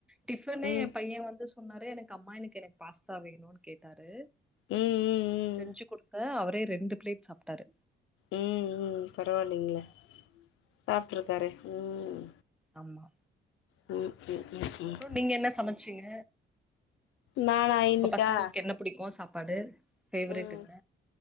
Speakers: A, in the centre; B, on the left.
A: டிஃபனே
B: ம்
A: எ பைய வந்து சொ சொன்னாரு எனக்கு அம்மா இன்னைக்கு எனக்கு பாஸ்தா வேணுன் கேட்டாரு
B: ம் ம்
A: செஞ்சு குடுத்தே அவர் ரெ ரெண்டு பிளேட் சாப்ட்டாரு
B: ம் ம் பரவால்லையே சாப்ட்ருக்காரே ம்
A: ஆமா
B: ம் ம் ம் ம்
A: அப்றோ நீங்க என்ன சமச்சீங்க
B: நானா இன்னைக்கா
A: உங்க பசங்களுக்கு என்ன புடிக்கு சாப்பாடு ஃபேவரைட்
B: ம்
A: என்ன?